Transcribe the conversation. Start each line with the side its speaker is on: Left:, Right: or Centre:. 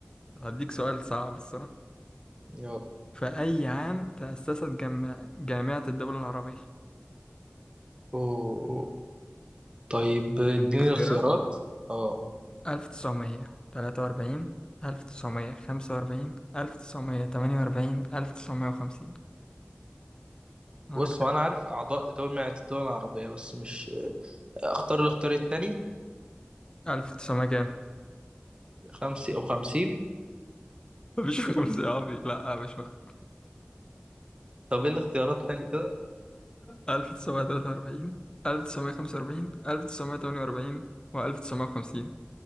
Left: هديك سؤال صعب الصراحة
Right: يلا
Left: في أي عام تأسست جامع... جامعة الدول العربية؟
Right: أوه. طيب اديني
Left: هديك اختيارات
Right: الاختيارات اه
Left: 1943 1945 1948 1950 معاك
Right: بص هو انا عارف اعضاء جامعة الدول العربية بس مش اختار الاختيار التاني
Left: 1900 كام؟
Right: خمسة وخمسين
Left: <laughs> مفيش خمسة يا عبي لا مش مخ...
Right: طب ايه الاختيارات التاني كده
Left: 1943 1945 1948 و1950